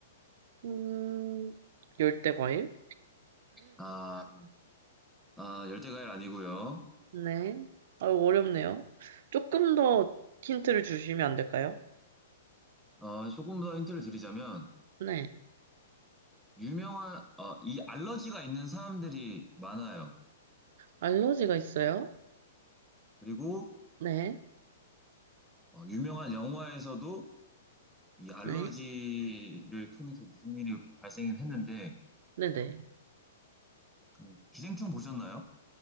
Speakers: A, on the right (about 60°); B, in the centre.
A: 음, 열대 과일?
B: 아, 아 열대과일 아니고요.
A: 네. 아, 어렵네요. 조금 더 힌트를 주시면 안 될까요?
B: 어, 조금 더 힌트를 드리자면
A: 네.
B: 유명한 어, 이 알러지가 있는 사람들이 많아요.
A: 알러지가 있어요?
B: 그리고
A: 네.
B: 어, 유명한 영화에서도 이 알러지를
A: 네.
B: 통해서 무슨 일이 발생을 했는데
A: 네네.
B: 그 기생충 보셨나요?